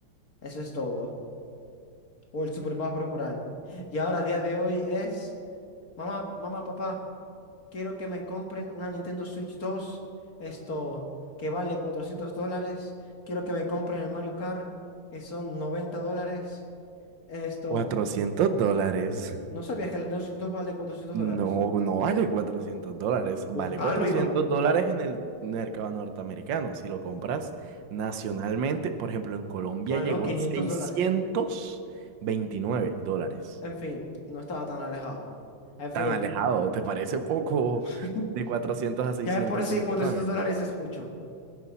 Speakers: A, on the left; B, on the right.
A: Eso es todo. O el Super Mario Bros. Y ahora, a día de hoy, es... Mamá, mamá, papá, quiero que me compren una Nintendo Switch 2, esto que vale 400 dólares. Quiero que me compren el Mario Kart, que son 90 dólares. Esto,
B: 400 dólares.
A: ¿no sabías que la Nintendo Switch 2 vale 400
B: No,
A: dólares?
B: no vale 400 dólares.
A: Búscalo
B: Vale 400
A: y va.
B: dólares en el mercado norteamericano. Si lo compras nacionalmente,
A: Ah,
B: por ejemplo, en Colombia
A: ah,
B: llegó
A: no, 500
B: a seiscientos
A: dólares.
B: veintinueve dólares.
A: En fin, no estaba tan alejado. En
B: Tan
A: fin,
B: alejado, ¿te parece poco
A: <laughs>
B: de 400 a seiscientos
A: ya de por sí
B: veintinueve?
A: 400 dólares es mucho.